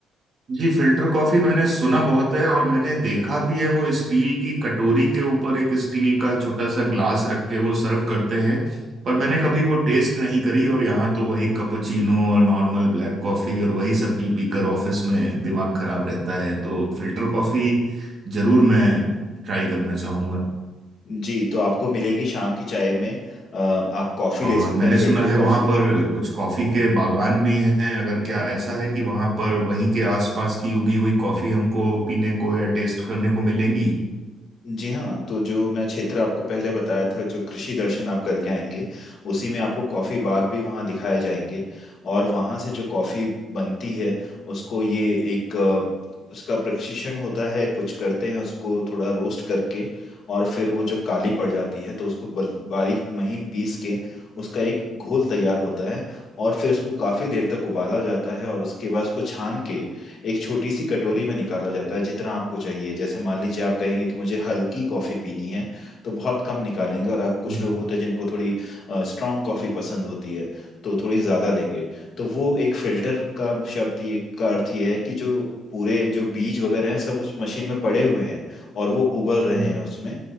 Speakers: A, on the right; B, on the left.
A: जी फिल्टर कॉफी मैंने सुना बहुत है और मैंने देखा भी है वो स्टील की कटोरी के ऊपर एक स्टील का छोटा सा ग्लास रख के वो सर्व करते हैं पर मैंने कभी वो टेस्ट नहीं करी और यहाँ तो वही कैपुचिनो और नॉर्मल ब्लैक कॉफी और वही सब पी पी कर ऑफिस में दिमाग खराब रहता है तो फिल्टर कॉफी जरूर मैं ट्राई करना चाहूंगा
B: जी तो आपको मिलेगी शाम की चाय में अ, आप कॉफ़ी
A: और
B: ले सकते
A: मैंने
B: हैं फिल्टर
A: सुना है वहाँ
B: कॉफ़ी
A: पर कुछ कॉफ़ी के बागान भी हैं अगर क्या ऐसा है कि वहाँ पर वहीं के आसपास की उगी हुई कॉफ़ी हमको पीने को या टेस्ट करने को मिलेंगी
B: जी हाँ तो जो मैं क्षेत्र आपको पहले बताया था जो कृषि दर्शन आप करके आएंगे उसी में आपको कॉफ़ी बाग भी वहाँ दिखाए जाएंगे और वहाँ से जो कॉफ़ी बनती है उसको ये एक अ, उसका प्रशिक्षण होता है कुछ करते हैं उसको थोड़ा रोस्ट करके और फिर वो जब काली पड़ जाती है तो उसको बल- बारीक महीन पीस के उसका एक घोल तैयार होता है और फिर उसको काफ़ी देर तक उबाला जाता है और उसके बाद उसको छान के एक छोटी सी कटोरी में निकाला जाता है जितना आपको चाहिए जैसे मान लीजिए आप कहेंगे कि मुझे हल्की कॉफ़ी पीनी है तो बहुत कम निकालेंगे और आप- कुछ
A: हम्म,
B: लोग होते हैं जिनको थोड़ी स्ट्रांग कॉफ़ी पसंद होती है तो थोड़ी ज़्यादा लेंगे तो वो एक फिल्टर का शब्द ये का अर्थ ये है कि जो पूरे जो बीज वगैरह हैं सब उस मशीन में पड़े हुए हैं और वो उबल रहे
A: हम्म।
B: हैं उसमें